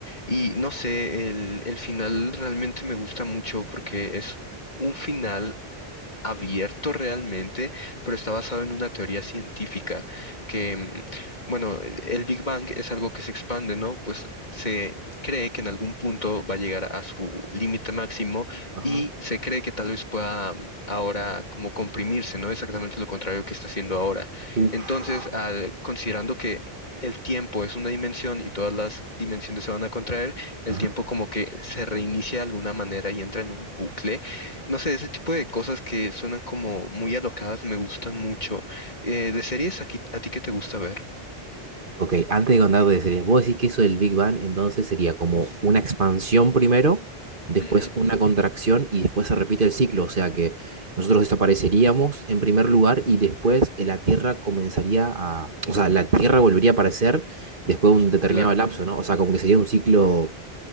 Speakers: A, on the left; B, on the right.
A: Y no sé, el, el final realmente me gusta mucho porque es un final abierto realmente, pero está basado en una teoría científica que, mm, bueno, el Big Bang es algo que se expande, ¿no? Pues se
B: ajá,
A: cree que en algún punto va a llegar a su límite máximo
B: ajá,
A: y se cree que tal vez pueda mm, ahora como comprimirse, ¿no? Exactamente lo contrario que está haciendo ahora.
B: uf,
A: Entonces, al, considerando que el tiempo es una dimensión y todas las dimensiones se van a contraer, el
B: ajá.
A: tiempo como que se reinicia de alguna manera y entra en un bucle no sé, ese tipo de cosas que suenan como muy alocadas me gustan mucho. Eh, de series, ¿a, qui- a ti qué te gusta ver?
B: Ok, antes de contar de series, vos decís que eso del Big Bang entonces sería como una expansión primero, después
A: Ujú,
B: una contracción y después se repite el ciclo. O sea que nosotros desapareceríamos en primer lugar y después eh, la Tierra comenzaría a. O sea, la Tierra volvería a aparecer después de un determinado
A: Claro.
B: lapso, ¿no? O sea, como que sería un ciclo,